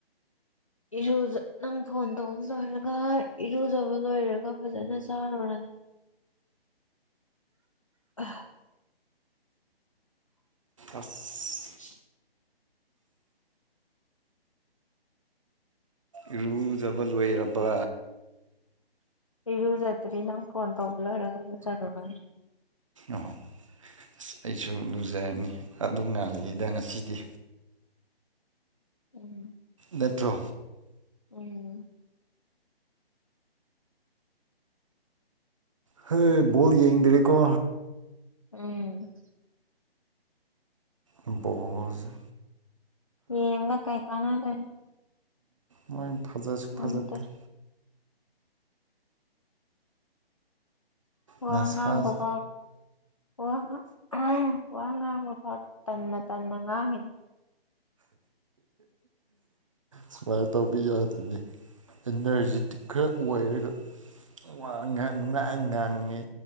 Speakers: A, on the left; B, on the right.
A: ꯏꯔꯨꯖꯥ ꯅꯪ ꯐꯣꯟ ꯇꯧꯕ ꯂꯣꯏꯔꯒ ꯏꯔꯨꯖꯕ ꯂꯣꯏꯔꯒ ꯐꯖꯅ ꯆꯥꯔꯨꯔꯅꯤ ꯑꯥ
B: ꯑꯁ
A: <inaudible>
B: ꯏꯔꯨꯖꯕ ꯂꯣꯏꯔꯕ
A: ꯏꯔꯨꯖꯗ꯭ꯔꯤ ꯅꯪ ꯐꯣꯟ ꯇꯧꯕ ꯂꯣꯏꯔ ꯔꯨꯖꯔꯨꯔꯥ
B: ꯑꯍ ꯑꯁ ꯑꯩꯁꯨ ꯂꯨꯖꯔꯅꯤ ꯑꯗꯨ ꯉꯥꯜꯂꯤꯗ ꯉꯁꯤꯗꯤ
A: <inaudible>
B: ꯅꯠꯇ꯭ꯔꯣ
A: ꯎꯝ
B: ꯍꯦ ꯕꯣꯜ ꯌꯦꯡꯗ꯭ꯔꯦꯀꯣ
A: ꯎꯝ
B: ꯕꯣꯖ
A: ꯌꯦꯡꯉꯥ ꯀꯩ ꯀꯥꯅꯥꯗꯣꯏꯟ
B: ꯃꯣꯏ ꯐꯖꯁꯨ
A: ꯉꯝꯗ꯭ꯔꯦ
B: ꯐꯖꯗꯦ
A: ꯋꯥ
B: ꯅꯁꯥ
A: ꯉꯥꯡꯕ ꯐꯥꯎ ꯋꯥ ꯉꯥ ꯋꯥ ꯉꯥꯡꯕ ꯐꯥꯎ ꯇꯟꯅꯥ ꯇꯟꯅꯥ ꯉꯡꯉꯤꯅꯦ
B: ꯁꯨꯃꯥꯏ ꯇꯧꯕꯤ ꯌꯥꯗꯤꯅꯦ ꯑꯦꯅꯔꯖꯤꯠ ꯈꯔ ꯑꯣꯏꯔꯒ <unintelligible> ꯉꯥꯡꯉꯤ